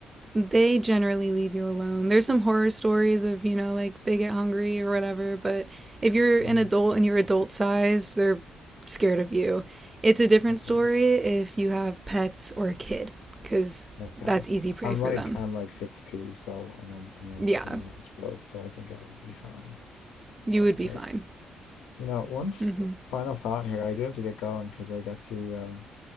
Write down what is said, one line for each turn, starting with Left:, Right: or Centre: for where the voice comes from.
Right: They generally leave you alone. There's some horror stories of, you know, like they get hungry or whatever, but if you're
Left: Mm,
Right: an adult and you're adult sized, they're scared of you. It's a different
Left: okay.
Right: story if you have pets or a kid, because
Left: Okay.
Right: that's easy prey
Left: I'm
Right: for
Left: like
Right: them.
Left: I'm like six two, so and I'm I'm a,
Right: Yeah,
Left: l- a large build, so I think I would be fine
Right: you
Left: for the most
Right: would be
Left: part.
Right: fine.
Left: You know, one f
Right: Mm hmm.
Left: final thought here. I do have to get going because I got to um